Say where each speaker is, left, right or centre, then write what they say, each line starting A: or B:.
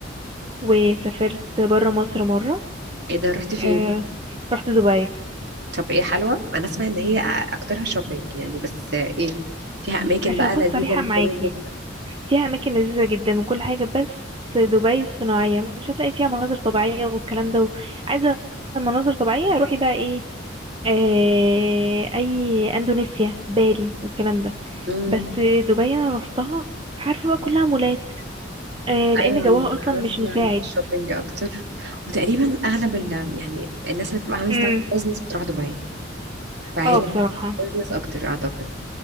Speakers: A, on the right; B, on the right.
A: وسافرت برا مصر مرة
B: ايه ده رحت فين
A: آه رحت دبي
B: طب ايه حلوة انا اسمع ان هي اكترها شوبينج يعني بس ايه فيها اماكن
A: عشان
B: بقى
A: اكون
B: لذيذة
A: صريحة
B: للخروج
A: معاكي
B: وكده.
A: فيها اماكن لذيذة جدا وكل حاجة بس دبي صناعية مش هتلاقي فيها مناظر طبيعية والكلام ده عايزة مناظر طبيعية روحي بقى ايه آه، اي اندونيسيا بالي والكلام ده
B: امم
A: بس دبي انا روحتها عارفه بقى كلها مولات آه، لان
B: ايوه
A: جوها
B: ما
A: اصلا
B: انا
A: مش
B: اسمع
A: مساعد
B: عن الشوبينج اكتر وتقريبا اغلب ال يعني الناس اللي بتبقى عامله ستارت
A: امم
B: اب بزنس بتروح دبي فهي
A: اه بصراحه
B: بزنس اكتر اعتقد